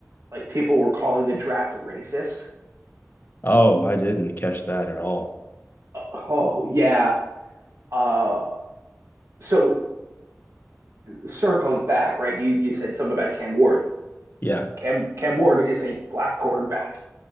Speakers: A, on the right; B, on the left.
A: like people were calling the draft racist?
B: Oh, I didn't catch that at all.
A: Oh oh, yeah. Uh, so circling back, right? You you said something about Cam Ward.
B: Yeah,
A: Cam Cam Ward is a black quarterback.